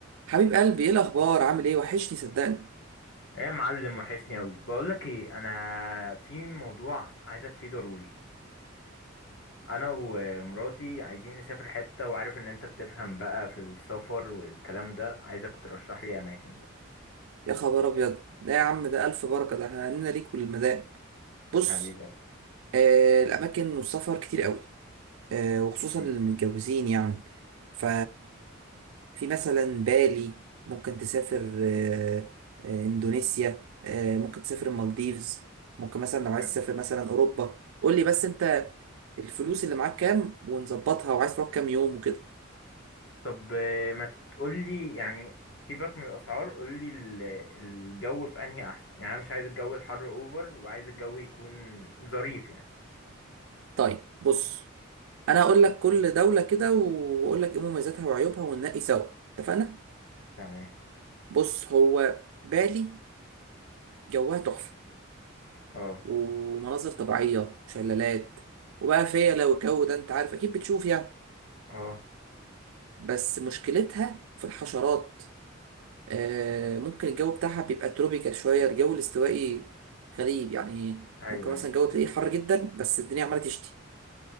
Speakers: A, on the right; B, on the left.
A: حبيب قلبي ايه الاخبار عامل ايه وحشني صدقني
B: ايه يا معلم وحشني اوي بقولك ايه انا في موضوع عايزك فيه ضروري انا ومراتي عايزين نسافر حتة وعارف ان انت بتفهم بقى في السفر والكلام ده عايزك ترشح لي اماكن بقى
A: يا خبر ابيض لا يا عم ده الف بركه ده احنا هنينا ليك وللمدام بص
B: حبيبي
A: آه الاماكن والسفر كتير قوي آه وخصوصا
B: مم.
A: للمتجوزين يعني ف في مثلا بالي ممكن تسافر آه آه اندونيسيا آه ممكن تسافر المالديفز ممكن مثلا لو عايز
B: مم.
A: تسافر مثلا اوروبا قول لي بس انت الفلوس اللي معاك كام ونظبطها وعايز تقعد كام يوم وكده
B: طب آه، ما تقولي يعني سيبك من الاسعار قولي ال- الجو في انهي احسن يعني انا مش عايز الجو الحر اوفر وعايز الجو يكون ظريف يعني
A: طيب بص انا هقول لك كل دولة كده واقول لك ايه مميزاتها وعيوبها وننقي سوا اتفقنا
B: تمام
A: بص هو بالي جوها تحفة
B: اه
A: ومناظر طبيعية وشلالات وبقى فيا لو الجو ده انت عارف اكيد بتشوف يعني
B: اه
A: بس مشكلتها في الحشرات آه ممكن الجو بتاعها بيبقى تروبيكال شوية الجو الاستوائي غريب يعني
B: ايوه
A: ممكن مثلا
B: ايوه
A: الجو تلاقيه حر جدا بس الدنيا عمالة تشتي